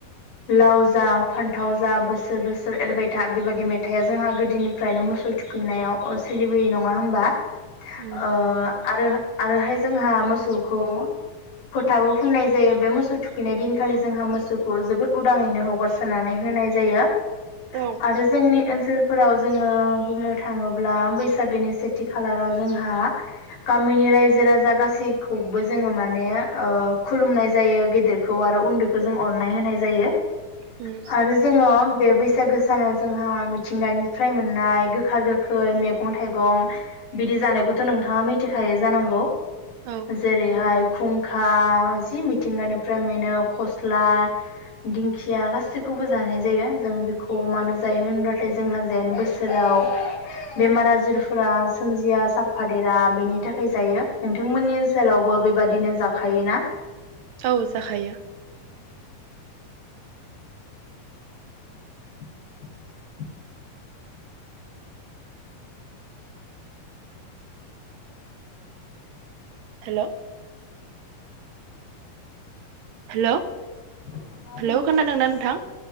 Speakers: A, on the left (about 85°); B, on the right (about 75°).
A: लाव जा फान्थाव जा बोसोर बोसोर एरबाय था बेबायदि मेथाइआ जोंहा गोदोनिफ्रायनो मोसौ थुखैनायाव ओ सोलि <unintelligible> नङा होमबा
B: उम
A: ओ आरो आरोहाय जोंहा मोसौखौ फोथाबो फुननाय जायो बे मोसौ थुखैनाय दिनखालि जोंहा मोसौखौ जोबोद उदाङैनो हगारस्रानानै होनाय जायो।
B: औ
A: आरो जोंनि ओनसोलफोराव जोङो बुंनो थाङोब्ला बै बैसागोनि सेथि खालाराव जोंहा गामिनि रायजो राजा गासैखौबो जोङो माने ओ खुलुमनाय जायो। गेदेरखौ आरो उन्दैखौ जों अननाय होनाय जायो।
B: उम
A: आरो जोङो बे बैसागो सानाव जोंहा मिथिंगानिफ्राय मोननाय गोखा गोखै मेगं मैगं थाइगं बिदि जानायखौथ' नोंथाङा मिथिखायो जानांगौ।
B: औ
A: जेरै हाय खुंखा जि मिथिंगानिफ्राय मोनो फस्ला दिंखिया गासैखौबो जानाय जायो जों बेखौ मानो जायो होनबाथाय जोंहा जेन बोसोराव बेमार आजारफोरा सोमजिया साफादेरा बेनि थाखाय जायो। नोंथांमोननि ओनसोलावबो बेबादिनो जाखायोना?
B: औ जाखायो।
A: <unintelligible>
B: हेलौ हेलौ
A: औ नोंथाङा
B: हेलौ खोनादोंना नोंथां?